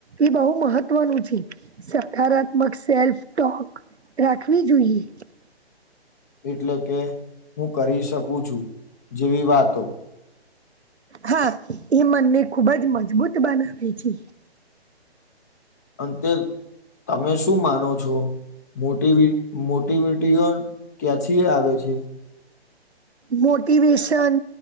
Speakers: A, on the right; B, on the left.
A: એ બહુ મહત્વનું છે. સકારાત્મક સેલ્ફ ટોક રાખવી જોઈએ.
B: એટલે કે હું કરી શકું છું જેવી વાતો
A: હા એ મનને ખુબ જ મજબૂત બનાવે છે.
B: અંતે તમે શું માનો છો? મોટી મોટીવિટીઓ ક્યાંથી આવે છે?
A: મોટિવેશન